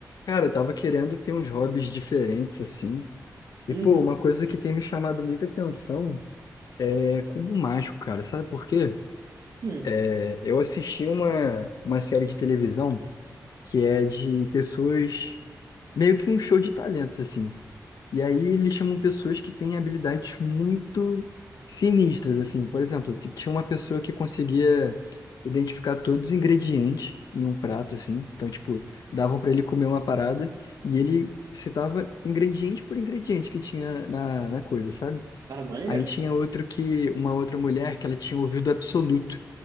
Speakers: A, on the left; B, on the right.
A: Cara, eu tava querendo ter uns hobbies diferentes, assim. E,
B: Uhum.
A: pô, uma coisa que tem me chamado muita atenção é cubo mágico, cara. Sabe por quê?
B: Hum,
A: É, eu assisti uma, uma série de televisão que é de pessoas, meio que um show de talentos, assim. E aí eles chamam pessoas que têm habilidades muito sinistras, assim. Por exemplo, t- tinha uma pessoa que conseguia identificar todos os ingredientes em um prato, assim. Então, tipo, davam para ele comer uma parada e ele citava ingrediente por ingrediente que tinha na, na coisa, sabe?
B: Cara, maneiro.
A: Aí tinha outro que, uma outra mulher que ela tinha ouvido absoluto.